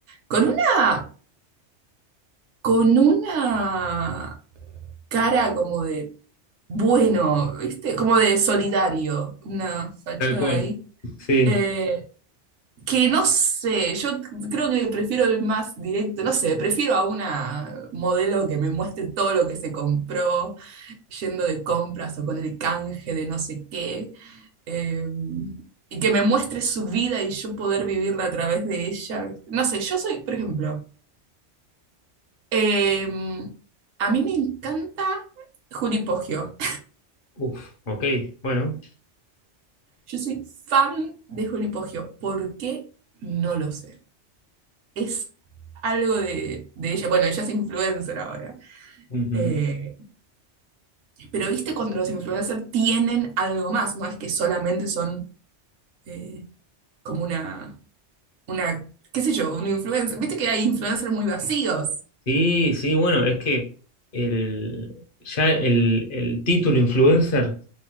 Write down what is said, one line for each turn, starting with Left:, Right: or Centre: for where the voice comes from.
Right: Con una, con una cara como de bueno, ¿viste? Como de solidario, una fachada
Left: tal cual.
Right: ahí.
Left: Sí,
Right: Eh, que no sé, yo creo que prefiero el más directo, no sé, prefiero a una modelo que me muestre todo lo que se compró, yendo de compras o con el canje de no sé qué, eh, y que me muestre su vida y yo poder vivirla a través de ella. ¿viste? No sé, yo soy, por ejemplo, eh, a mí me encanta Juli Poggio.
Left: uf, ok, bueno.
Right: Yo soy fan de Juli Poggio. ¿Por qué? No lo sé. Es algo de, de ella. Bueno, ella es influencer ahora.
Left: ujú.
Right: Eh, pero viste cuando los influencers tienen algo más, no es que solamente son eh, como una, una, qué sé yo, un influencer. Viste que hay influencers muy vacíos.
Left: Sí, sí, bueno, es que el, ya el, el título influencer